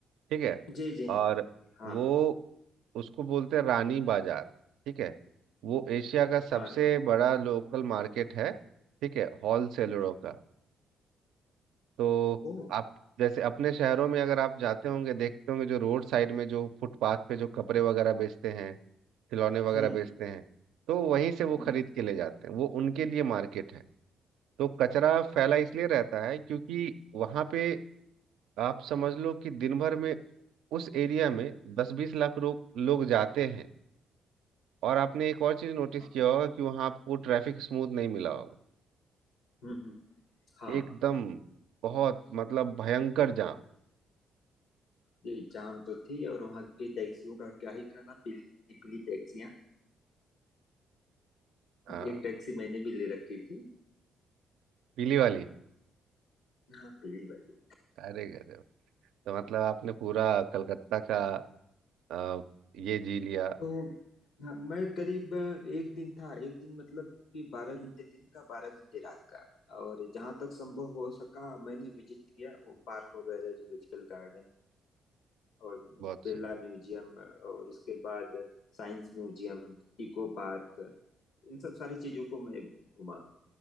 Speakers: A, on the right; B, on the left.
A: ठीक है
B: जी जी
A: और
B: हाँ
A: वो उसको बोलते हैं रानी बाजार ठीक है वो एशिया का सबसे
B: हाँ
A: बड़ा लोकल मार्केट है ठीक है होलसेलरों का तो
B: ओ
A: आप जैसे अपने शहरों में अगर आप जाते होंगे देखते होंगे जो रोड साइड में जो फुटपाथ पे जो कपड़े वगैरह बेचते हैं खिलौने वगैरह
B: हम्म
A: बेचते
B: हम्म
A: हैं तो वहीं से वो
B: हम्म
A: खरीद के ले जाते हैं वो उनके लिए मार्केट है तो कचरा फैला इसलिए रहता है क्योंकि वहां पे आप समझ लो कि दिन भर में उस एरिया में दस बीस लाख लोग लोग जाते हैं और आपने एक और चीज नोटिस
B: हाँ
A: किया होगा कि वहां आपको ट्रैफिक स्मूथ नहीं मिला होगा
B: हम्म, हम्म, हाँ,
A: एकदम बहुत मतलब भयंकर जाम
B: ये जाम तो थी और वहाँ की टैक्सियों का क्या ही कहना पीली पीली टैक्सियाँ
A: हाँ
B: एक टैक्सी मैंने भी ले रखी थी
A: पीली वाली
B: हाँ पीली वाली
A: अरे गजब तो मतलब आपने पूरा कलकत्ता का अ, ये जी लिया
B: तो हाँ, मैं करीब एक दिन था एक दिन मतलब कि बारह घंटे दिन का बारह घंटे रात का और जहां तक संभव हो सका मैंने विजिट किया वो पार्क वगैरह जूलॉजिकल गार्डन और
A: बहुत
B: बिरला
A: से
B: म्यूजियम और उसके बाद साइंस म्यूजियम इको पार्क इन सब सारी चीजों को मैं घूमा